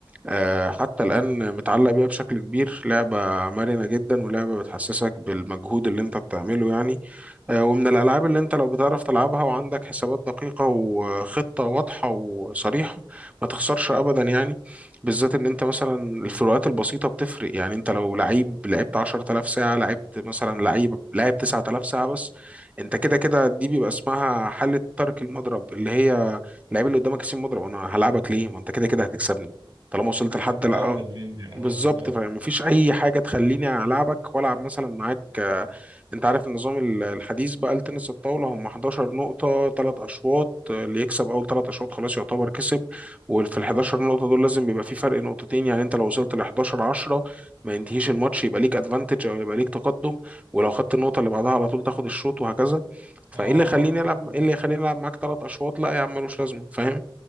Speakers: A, on the right; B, on the right.
A: آه، حتى الآن متعلق بيها بشكل كبير لعبة مرنة جدا ولعبة بتحسسك بالمجهود اللي انت بتعمله يعني آه، ومن الألعاب اللي انت لو بتعرف تلعبها وعندك حسابات دقيقة وخطة واضحة وصريحة ما تخسرش أبدا يعني بالذات ان انت مثلا الفروقات البسيطة بتفرق يعني انت لو لعيب لعبت 10000 ساعة لعبت مثلا لعيب لعب 9000 ساعة بس انت كده كده دي بيبقى اسمها حالة ترك المضرب اللي هي اللعيب اللي قدامك يسيب مضرب انا هلعبك ليه ما انت كده كده هتكسبني طالما وصلت
B: أنت كده
A: لحد
B: كده
A: لا
B: أجمد مني
A: بالظبط
B: أه بالظبط
A: فمفيش اي حاجه تخليني العبك والعب مثلا معاك آه، انت عارف النظام ال- الحديث بقى لتنس الطاوله هم 11 نقطه ثلاث اشواط آه، اللي يكسب اول ثلاث اشواط خلاص يعتبر كسب وفي ال 11 نقطه دول لازم يبقى في فرق نقطتين يعني انت لو وصلت ل 11 10 ما ينتهيش الماتش يبقى ليك ادفانتج او يبقى ليك تقدم ولو خدت النقطه اللي بعدها على طول تاخد الشوط وهكذا فايه
B: أه أه
A: اللي يخليني العب
B: أه تمام.
A: ايه اللي يخليني العب معاك ثلاث اشواط لا يا عم ملوش لازمه فاهم